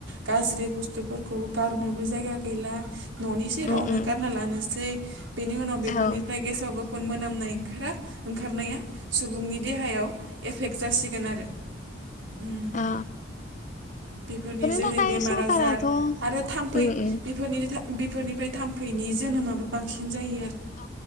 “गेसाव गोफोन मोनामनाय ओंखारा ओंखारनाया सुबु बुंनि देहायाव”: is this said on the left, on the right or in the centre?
Right